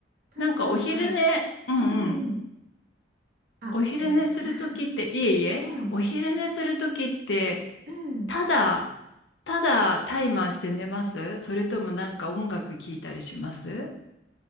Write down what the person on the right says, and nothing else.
ただなんか、
うんうんうん。
あ、
ごめん。<laughs>
うん
うん。